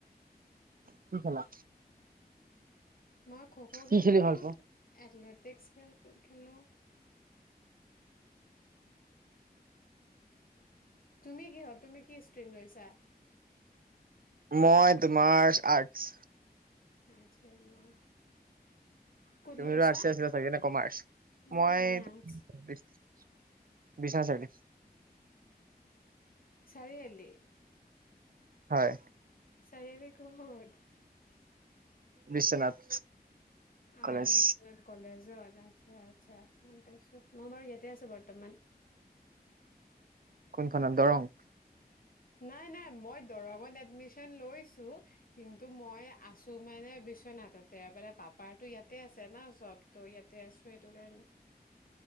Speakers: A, on the right; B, on the left.
A: কি খেলা
B: মই খ' খ'
A: কি
B: খেলিলো
A: খেলি ভাল পোৱা?
B: এথলেট টেক্স খেল খেলো তুমি কিহত তুমি কি ষ্ট্ৰ্ৰীম লৈছা
A: মই তোমাৰ আৰ্টছ
B: আৰ্টচে ন ক'ত
A: তুমি
B: লৈছা?
A: আৰ্ষ্টে আছিলা চাগে নে কমাৰ্চ মই
B: এ নাই আৰ্টছ
A: বিচনা চাৰি
B: চাৰিআলি
A: হয়।
B: চাৰিআলি কোখিনিত
A: বিশ্বনাথ কলেজ
B: অ বিশ্বনাথ কলেজ অ আচ্ছা আচ্ছা গম পাইছো মই বাৰু ইয়াতে আছো বৰ্তমান
A: কোনখনত দৰং
B: নাই নাই মই দৰঙত এডমিচন লৈছো কিন্তু মই আছো মানে বিশ্বনাথতে পাপাৰটো ইয়াতে আছে ন চবো ইয়াতে আছো সেইটো কাৰণে